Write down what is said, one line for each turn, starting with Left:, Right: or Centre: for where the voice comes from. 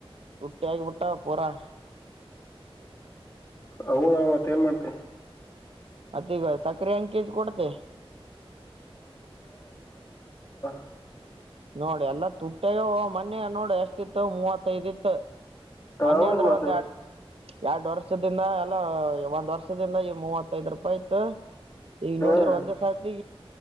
Right: ತುಟ್ಟಿ ಆಗಿಬಿಟ್ಟ ಪುರಾ.
Left: ಹೌದಳ ಮತ್ತೆ ಏನ್ ಮಾಡ್ತಿ.
Right: ಮತ್ತ ಈಗ ಸಕ್ಕರಿ ಹೆಂಗ್ ಕೆಜಿ ಕೊಡ್ತಿ.
Left: ಹ. <inaudible>
Right: ನೋಡಿ ಎಲ್ಲ ತುಟ್ಟಿಗ್ಯಾವೋ ಮನ್ಯ ನೋಡ ಎಷ್ಟಿತ್ತ ಮೂವತ್ತೈದ್ ಇತ್ತ. ಮನ್ನೆ
Left: ಹೌದು
Right: ಅಂದ್ರೆ
Left: ಮತ್ತ
Right: ಒಂದ್ ಯಾಡ್. ಯಾಡ್ ವರ್ಷದಿಂದ ಎಲ್ಲ ಒಂದ್ ವರ್ಷದಿಂದ ಈ ಮೂವತ್ತೈದ್ ರೂಪಾಯಿ ಇತ್ತ. ಈಗ
Left: ಹ್ಮ್
Right: ನೋಡಿದ್ರು ಒಂದೇ ಸತಿ.